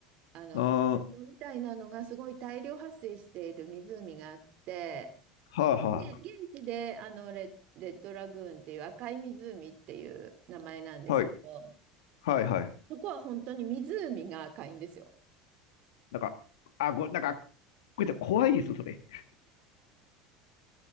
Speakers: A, on the right; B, on the left.
A: あの、
B: ああ、
A: カートみたいなのがすごい大量発生している湖があって、
B: ああ、はあ、は
A: で、現地であのレ、レッドラグーンっていう赤い湖っていう名前なんですけど、
B: あ、はい、はい、はい。
A: そこは本当に湖が赤いんですよ。
B: なんか、あ、ご、なんか、こうやって怖いです、それ。